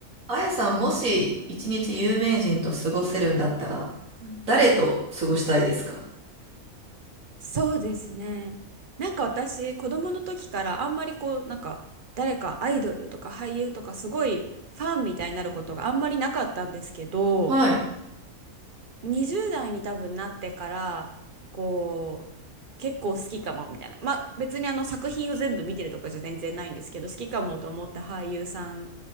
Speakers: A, on the right; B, on the right.
A: あやさん、もし一日有名人と過ごせるんだったら、
B: うん
A: 誰と過ごしたいですか
B: そうですね。なんか私、子供の時からあんまりこう、なんか誰かアイドルとか俳優とかすごいファンみたいになることがあんまりなかったんですけど、
A: はい、
B: 20代に多分なってから、こう、結構好きかもみたいな。まあ別にあの作品を全部見てるとかじゃ全然ないんですけど、好きかもと思った俳優さん